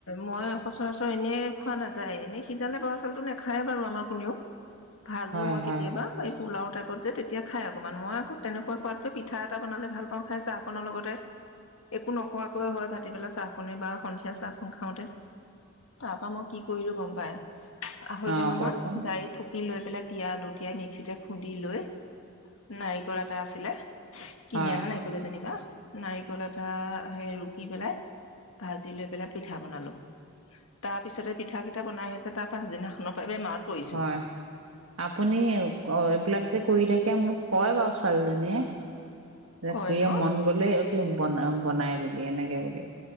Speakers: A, on the left (about 70°); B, on the right (about 75°).
A: মই সচৰাচৰ এনেই খোৱা নাযায় এনে সিজালে বৰা চাউলতটো নাখায় বাৰু আমাৰ কোনেও ভাজো
B: হয়
A: মই
B: হয়
A: কেতিয়াবা পোলাও টাইপত যে তেতিয়া খায় অকণমান মই আকৌ তেনেকুৱা কোৱাতকৈ পিঠা এটা বনালে ভাল পাওঁ খাই চাহকনৰ লগতে একো নখোৱাকৈ হয় ভাটিবেলা চাহকনে বা সন্ধিয়া চাহখন খাওঁতে তাৰপা মই কি কৰিলো গম পাই আঢ়ৈ
B: অ
A: টেমা
B: কওকচোন
A: মান যাৰি ফুকি সি লৈ পেলাই তিয়ালো তিয়াই মিক্সিতে খুন্দি লৈ নাৰিকল এটা আছিলে কিনি
B: হয়
A: আনা নাইকলে যেনিবা নাৰিকল এটা সে ৰুকি পেলাই ভাজি লৈ পেলাই পিঠা বনালো তাৰ পিছতে পিঠা কেইটা বনাই হৈছে তাৰ পাছদিনাখনৰ পৰা বেমাৰত পৰিছো
B: হয় আপুনি এইবিলাক যে কৰি থাকে মোক কয় বাৰুচোন পালোনে এ
A: কয়
B: খে
A: ন
B: মন গ'লে অ কি বন বনাই বুলি এনেকে বুলি